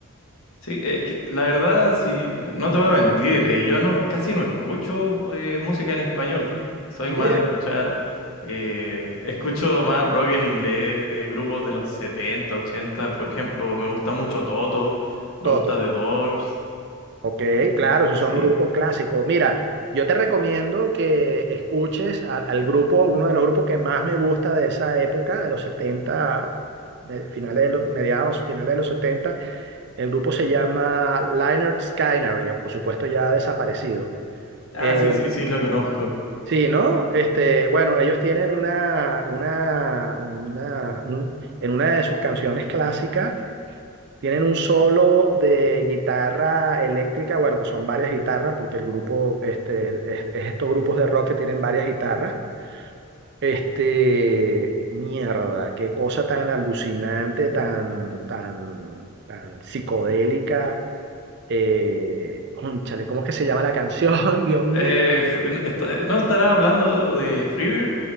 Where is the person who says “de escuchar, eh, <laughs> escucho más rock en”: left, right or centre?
Left